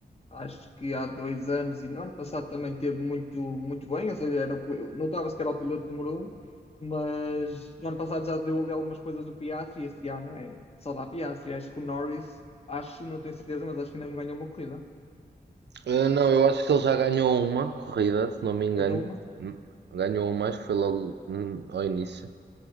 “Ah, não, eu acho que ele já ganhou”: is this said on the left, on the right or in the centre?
Right